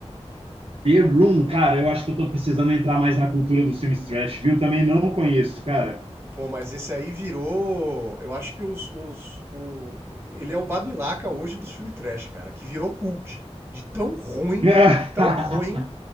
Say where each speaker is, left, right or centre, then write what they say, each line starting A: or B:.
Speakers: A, on the right; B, on the right.
A: The Room, cara, eu acho que eu tô precisando entrar mais na cultura dos filmes trash, viu? Também não conheço, cara.
B: Pô, mas esse aí virou. Eu acho que os. os o... Ele é o Babilaca hoje dos filmes trash, cara, que virou cult. De tão ruim,
A: <laughs>
B: de tão ruim.